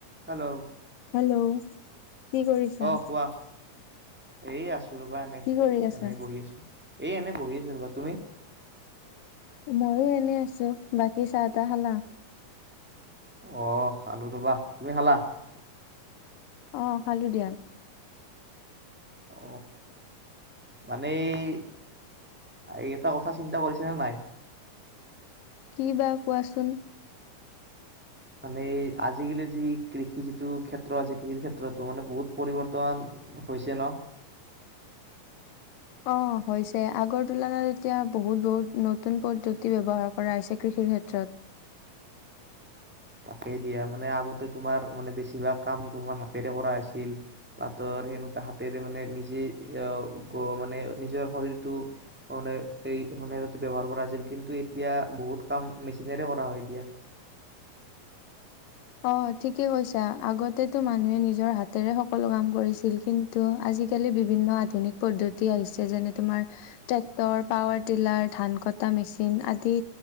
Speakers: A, in the centre; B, on the left.
A: হেল্ল'।
B: হেল্ল' কি কৰিছা
A: অ কোৱা এই আছো বা এনেই
B: কি কৰি আছা?
A: এনেই বহি আছো এই এনেই বহি আছো ৰবা তুমি
B: মইও এনে আছো বাকী চাহ তাহ খালা
A: আহ খালো তবা তুমি খালা
B: অ খালো দিয়া
A: অ মানে এই এই এটা কথা চিন্তা কৰিছা নাই
B: কি বা কোৱাচোন
A: মানে আজিকালিৰ যি কৃষি যিটো ক্ষেত্ৰ আছে কৃষিৰ ক্ষেত্ৰতো মানে বহুত পৰিৱৰ্তন হৈছে ন
B: অ হৈছে আগৰ তুলনাত এতিয়া বহুত বহুত নতুন পদ্ধতি বৱহাৰ কৰা হৈছে কৃষিৰ ক্ষেত্ৰত
A: তাকেই দিয়া মানে আগতে তোমাৰ মানে বেছিভাগ কাম তোমাৰ হাতেৰে কৰা হৈছিল বা তৰ সেনেকুৱা হাতেৰে মানে নিজে মানে অ অ মানে নিজৰ শৰীৰটো মানে এই ব্যৱহাৰ কৰা হৈছিল। কিন্তু এতিয়া বহুত কাম মেচিনেৰে কৰা হয় দিয়া।
B: অ ঠিকে কৈছা আগতেতো মানুহে নিজৰ হাতেৰে সকলো কাম কৰিছিল কিন্তু আজিকালি বিভিন্ন আধুনিক পদ্ধতি আহিছে যেনে তোমাৰ ট্ৰেক্টৰ, পাৱাৰ টিলাৰ, ধান কটা মেচিন আদি